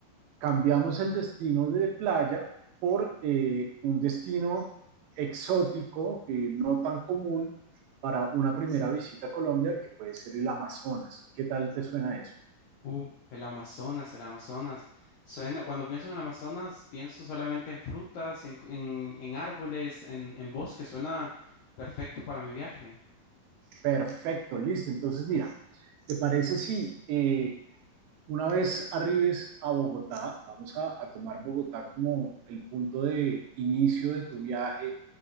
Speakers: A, on the right (about 85°); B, on the left (about 80°).
A: Cambiamos el destino de playa por eh, un destino exótico, eh, no tan común para una primera visita a Colombia, que puede ser el Amazonas. ¿Qué tal te suena eso?
B: Uh, el Amazonas, el Amazonas. Suena, cuando pienso en el Amazonas, pienso solamente en frutas, en, en- en árboles, en, en bosque. Suena perfecto para mi viaje.
A: Perfecto, listo. Entonces, mira, ¿te parece si eh, Una vez arribes a Bogotá, vamos a, a tomar Bogotá como el punto de inicio de tu viaje.